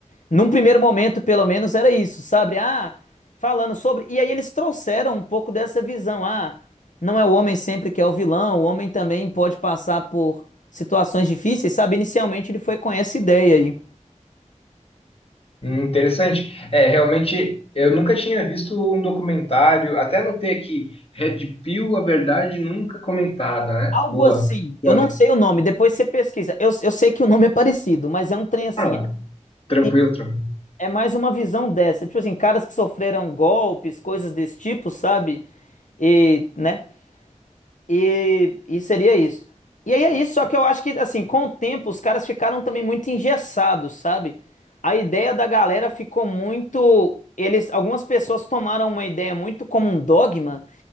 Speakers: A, on the left; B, on the left.
A: Num primeiro momento, pelo menos, era isso, sabe? Ah, falando sobre. E aí eles trouxeram um pouco dessa visão. Ah, não é o homem sempre que é o vilão, o homem também pode passar por situações difíceis, sabe? Inicialmente ele foi com essa ideia aí.
B: Hum, Interessante. É, realmente, eu nunca tinha visto um documentário, até anotei aqui, Red Pill, a verdade nunca comentada, né?
A: Algo
B: Boa.
A: assim,
B: Boa.
A: eu não sei o nome, depois você pesquisa. Eu, eu sei que o nome é parecido, mas é um trem assim.
B: Ah, tranquilo,
A: que
B: tranquilo.
A: é mais uma visão dessa. Tipo assim, caras que sofreram golpes, coisas desse tipo, sabe? E, né? E, e seria isso. E aí é isso, só que eu acho que, assim, com o tempo, os caras ficaram também muito engessados, sabe? A ideia da galera ficou muito. Eles, algumas pessoas tomaram uma ideia muito como um dogma